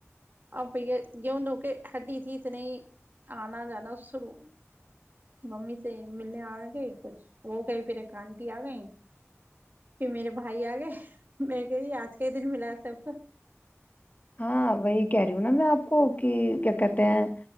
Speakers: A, on the right; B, on the left.
A: اب بھیا گیہوں دھو کے ہڈی تھی اتنی ہی آنا جانا سرو ممی سے ملنے آ گ <unintelligible> کچھ وہ گئی پھر کانٹی آ گئی پھر میرے بھائی آ گئے میں کہ آج کے ہی دن ملا سب کو
B: ہاں وہی کہہ رہی ہوں نا میں آپ کو کہ کیا کہتے ہیں